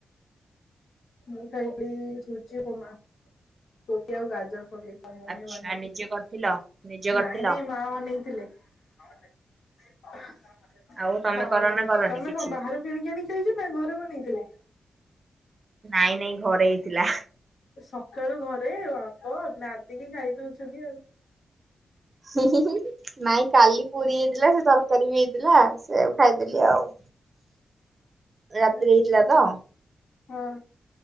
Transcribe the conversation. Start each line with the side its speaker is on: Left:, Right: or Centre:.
Left: ମୁଁ ଖାଇଲି ସୁଜି ଉପମା <unintelligible> ଆଉ ଗାଜର ପକେଇ। ମୁଁ
Right: ଆଚ୍ଛା
Left: ବି ବନେଇଥିଲି
Right: ନିଜେ କରିଥିଲ ନିଜେ କରିଥିଲ
Left: ନାଇଁ ନାଇଁ ମା ବନେଇଥିଲେ। <unintelligible>
Right: ଆଉ ତମେ
Left: ମା
Right: କର
Left: ବନେଇଥିଲେ
Right: ନା କରନି
Left: ତମେ
Right: କିଛି?
Left: କଣ ବାହାରୁ କିଣିକି ଆଣି ଖାଇଛ ନା ଘରେ ବନେଇଥିଲେ?
Right: ନାଇଁ ନାଇଁ ଘରେ ହେଇଥିଲା।
Left: ସକାଳୁ ଘରେ ବାପ ନାଦିକି ଖାଇ ଦଉଚନ୍ତି ଆଉ।
Right: <unintelligible> ନାଇଁ କାଲି ପୁରୀ ହେଇଥିଲା ସେ ତରକାରୀ ବି ହେଇଥିଲା ସେଇଆ କୁ ଖାଇଦେଲିି ଆଉ଼ ରାତିରେ
Left: ଆଚ୍ଛା
Right: ହେଇଥିଲା ତ?
Left: ହଁ।